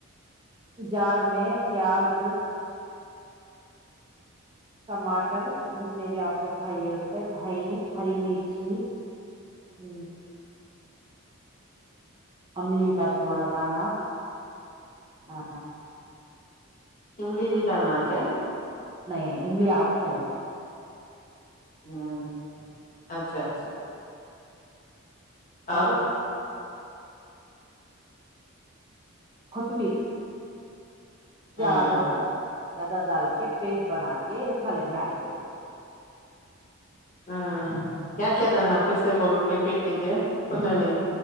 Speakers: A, on the right; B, on the left.
A: جار میں پیاز ٹماٹر کی جتنے بھی آپ کو چاہیے ہوتے دہ ہری مرچی ا املی کا تھوڑا دانہ ا
B: املی بھی تاننا کیا
A: نہیں نہیں انلی آپشنل ہے
B: ہوں اچھا اچھا
A: ہ
B: اور
A: خطمید
B: ہاں
A: زیادہ ڈال زیادہ ڈال کے پیسٹ بنا کے کہ سالڈ میں ایڈ کر دی
B: ہاں کیا کہےد ن فرس بول ریپٹجے کنان ا